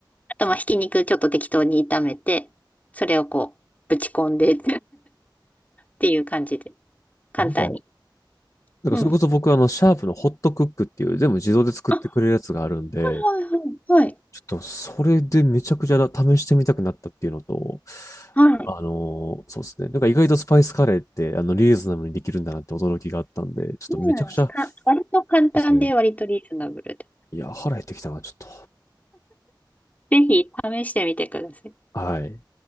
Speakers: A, on the left; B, on the left.
A: あと、まあ、ひき肉ちょっと適当に炒めて、それをこう、ぶち込んで <laughs> っていう感じで、簡単に。
B: なんか、なんかそれこそ僕はあの、
A: うん。
B: シャープのホットクックっていう全部自動で作ってくれるやつがあるんで、
A: あ、はいはいはい。
B: ちょっとそれでめちゃくちゃ試してみたくなったっていうのと、
A: はい。はい。
B: あの、そうですね。なんか意外とスパイスカレーってあの、リーズナブルにできるんだなって驚きがあったんで、ちょっとめちゃくちゃ、
A: そうなんですか。
B: そ
A: 割と簡単で、
B: うですね。
A: 割とリーズナブルで。
B: いや、腹減ってきたな、ちょっと。
A: ぜひ試してみてください。
B: はい。